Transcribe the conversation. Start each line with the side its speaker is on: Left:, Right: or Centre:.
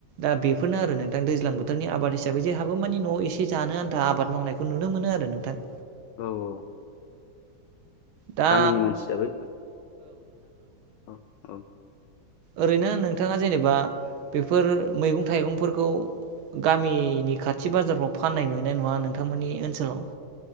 Right: दा बेफोरनो आरो नोंथां दैज्लां बोथोरनि आबाद हिसाबै जोंहाबो मानि न'आव एसे जानो आन्था आबाद मावनायखौ नुनो मोनो आरो नों <inaudible>
Left: औ औ
Right: दा
Left: गामिनि मानसिफ्राबो औ औ
Right: ओरैनो नोंथाङा जेनेबा बेफोर मैगं थाइगंफोरखौ गामिनि खाथि बाजारफ्राव फाननाय नुयनाय नङा नोंथांमोननि ओनसोलाव